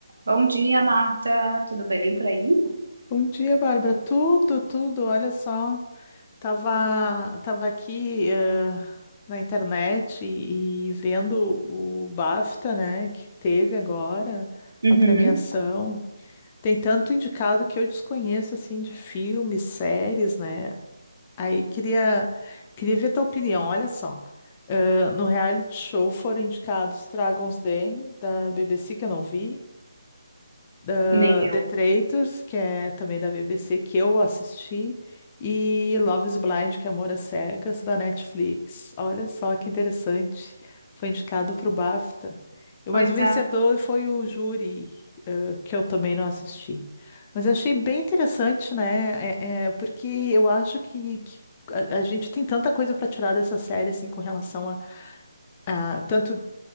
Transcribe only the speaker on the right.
Bom dia, Marta. Tudo bem por aí?
Uhum,
nem eu.
Pois
é,